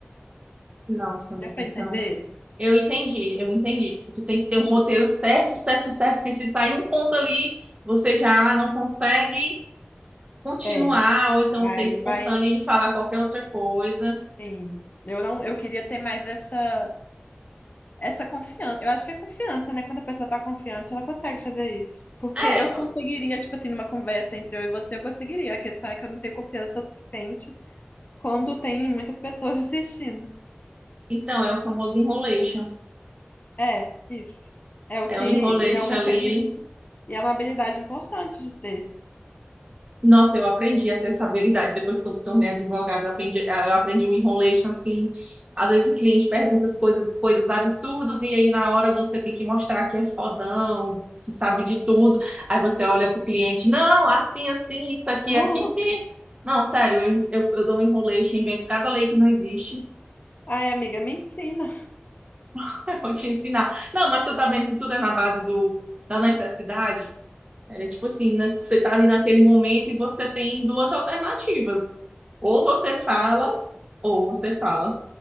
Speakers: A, on the right; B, on the left.
A: Nossa, amiga,
B: Deu pra
A: então.
B: entender?
A: Eu entendi, eu entendi. Tipo, Tu tem que ter um roteiro certo, certo, certo, porque se sair um ponto ali, você já não consegue continuar,
B: É,
A: ou então
B: aí
A: ser espontânea
B: vai,
A: de falar qualquer outra coisa.
B: sim. Eu não, eu queria ter mais essa Essa confiança, eu acho que é confiança, né? Quando a pessoa tá confiante, ela consegue fazer isso. Porque
A: É,
B: eu conseguiria, tipo assim, numa conversa entre eu e você, eu conseguiria. A questão é que eu não tenho confiança o suficiente quando tem muitas pessoas <laughs> assistindo.
A: então é o famoso enrolation.
B: É, isso. É o que,
A: É o enrolation
B: e é uma
A: ali.
B: coisa, e é uma habilidade importante de ter.
A: Nossa, eu aprendi a ter essa habilidade depois que eu me tornei advogada. Eu aprendi, eh, eu aprendi o enrolation, assim. Às vezes o cliente pergunta as coisas, coisas absurdas, e aí na hora você tem que mostrar que é fodão, que sabe de tudo. Aí você olha pro cliente, não, assim, assim, isso aqui,
B: <laughs>
A: aqui. E, Não, sério, eu, eu, eu dou um enrolation, invento cada lei que não existe.
B: Ah, ai, amiga, me ensina.
A: <laughs> Eu vou te ensinar. Não, mas tu tá vendo que tudo é na base do, da necessidade? É tipo assim, né, você tá ali naquele momento e você tem duas alternativas. Ou você fala, ou você fala.